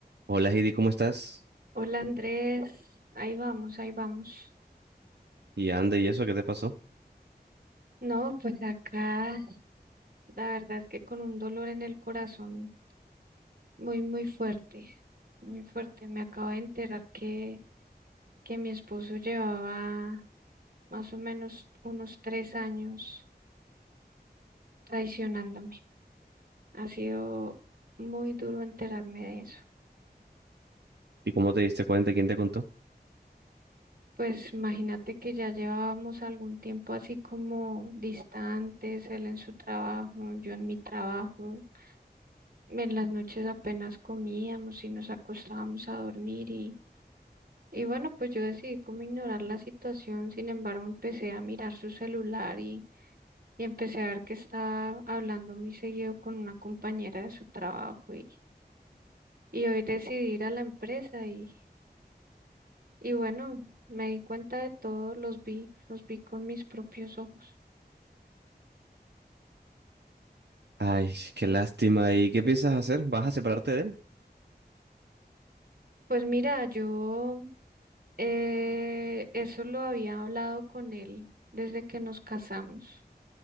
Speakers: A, on the right; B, on the right.
A: Hola Heidi, ¿cómo estás?
B: Hola Andrés, ahí vamos, ahí vamos.
A: Y anda, ¿y eso qué te pasó?
B: No, pues acá la verdad es que con un dolor en el corazón muy, muy fuerte, muy fuerte. Me acabo de enterar que, que mi esposo llevaba más o menos unos tres años traicionándome. Ha sido muy duro enterarme de eso.
A: ¿Y cómo te diste cuenta? ¿Quién te contó?
B: Pues imagínate que ya llevábamos algún tiempo así como distantes, él en su trabajo, yo en mi trabajo. En las noches apenas comíamos y nos acostábamos a dormir y, y bueno, pues yo decidí como ignorar la situación, sin embargo empecé a mirar su celular y, y empecé a ver que estaba hablando muy seguido con una compañera de su trabajo y, y hoy decidí ir a la empresa y, y bueno, me di cuenta de todo, los vi, los vi con mis propios ojos.
A: Ay, qué lástima. ¿Y qué piensas hacer? ¿Vas a separarte de él?
B: Pues mira, yo eh, eso lo había hablado con él desde que nos casamos.